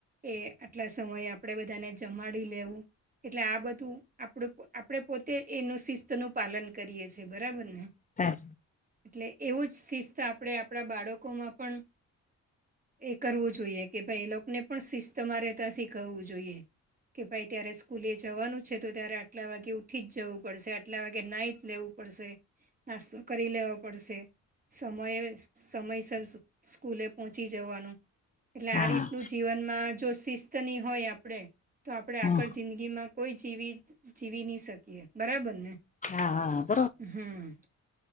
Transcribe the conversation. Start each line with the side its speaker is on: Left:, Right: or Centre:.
Right: એ આટલા સમયે આપણેે બધાને જમાડી લેવું. એટલે આ બધું આપણું આપણે પોતે એનું શિસ્તનું પાલન કરીએ છે. બરાબરને?
Left: હા.
Right: એટલે એવું જ શિસ્ત આપણે આપણા બાળકોમાં પણ એ કરવું જોઈએ કે ભાઈ એ લોકોને પણ શિસ્તમાં રહેતા શીખવવું જોઈએ. કે ભાઈ ત્યારે સ્કૂલે જવાનું છે તો ત્યારે આટલા વાગે ઉઠી જ જવું પડશે આટલા વાગે ન્હાઈ લેવું પડશે. નાસ્તો કરી લેવો પડશે. સમયે સમયસર સ્કૂ સ્કૂલે પહોંચી જવાનું એટલે
Left: હા
Right: આ રીતનું જ જીવનમાં જો શિસ્તની હોય આપડે તો આપણે
Left: હા
Right: આગળ જિંદગીમાં કોઈ જીવી જીવી નહી શકીએ. બરાબર ને?
Left: હા. હા. હા.
Right: હમ્મ.